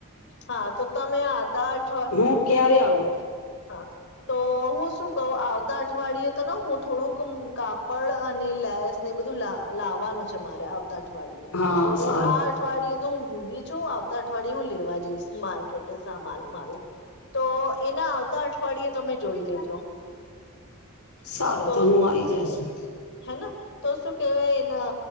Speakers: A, on the left (about 55°); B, on the left (about 80°).
A: હા તો તમે હતા અઠ
B: હું ક્યારે આવું
A: હા તો હું શું કઉ આવતા અઠવાડિયે તો ને હું થોડુંક કાપડ અને લેસ ને બધું લા લાવવાનું છે મારે આવતા અઠ અઠવાડીએ
B: હા
A: હું
B: સારું
A: આ અઠવાડીયએ તો હું બીઝી છું આવતા અઠવાડિય હું લેવા જઈશ માર્કેટે સામાન મારું તો એના આવતા અઠવાડિયે તમે જોઈ લેજો.
B: સારું
A: તો
B: હું આઈ જશ
A: હેના તો શું કેવાય એના